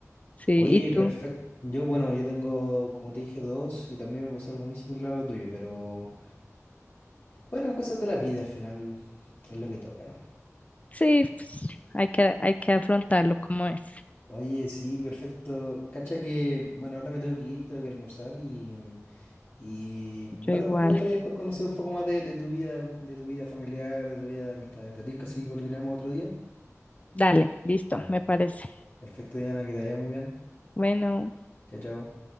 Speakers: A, on the left; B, on the left.
A: Sí,
B: Oye,
A: ¿y tú?
B: perfecto. Yo, bueno, yo tengo, como te dije, dos y también me pasó algo muy similar a lo tuyo, pero bueno, cosas de la vida al final es lo que toca nomás.
A: Sí, pues, hay que, hay que afrontarlo como es.
B: Oye, sí, perfecto. Cacha que, bueno, ahora me tengo que ir, tengo que almorzar y, y bueno,
A: Yo igual.
B: igual me gustaría después conocer un poco más de, de tu vida, de tu vida familiar, de tu vida de amistades. ¿Te tinca si coordinamos otro día?
A: Dale, listo,
B: Ya.
A: me parece.
B: Perfecto, Diana, que te vaya muy bien.
A: Bueno.
B: Chao, chao.